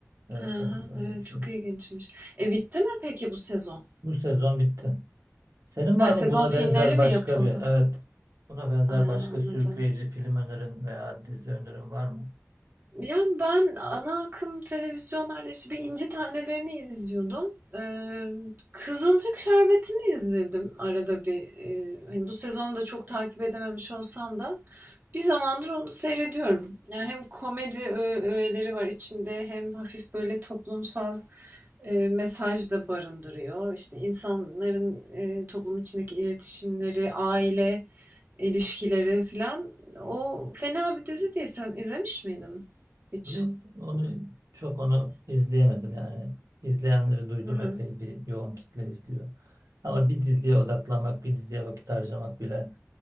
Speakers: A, on the right; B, on the right.
A: Evet
B: Hı hı,
A: evet öyle
B: evet,
A: bir şey
B: çok
A: çıktı.
B: ilginçmiş. E bitti mi peki bu sezon?
A: Bu sezon bitti. Senin
B: Ha,
A: var mı
B: sezon
A: buna
B: finali
A: benzer
B: mi
A: başka
B: yapıldı?
A: bir evet buna benzer
B: Ay,
A: başka
B: anladım.
A: sürükleyici film önerin veya dizi önerin var mı?
B: Yani ben ana akım televizyonlarda işte bir İnci Taneleri'ni izliyordum. Ee, Kızılcık Şerbeti'ni izledim arada bir. Ee, hani bu sezonu da çok takip edememiş olsam da bir zamandır onu seyrediyorum. Yani hem komedi ö- öğeleri var içinde hem hafif böyle toplumsal e, mesaj da barındırıyor. İşte insanların e, toplum içindeki iletişimleri, aile ilişkileri filan. O fena bir dizi değil. Sen izlemiş miydin hiç?
A: Yok onu çok onu izleyemedim yani. İzleyenleri duydum
B: Hı hı.
A: epey bir yoğun kitle izliyor. Ama bir diziye odaklanmak, bir diziye vakit harcamak bile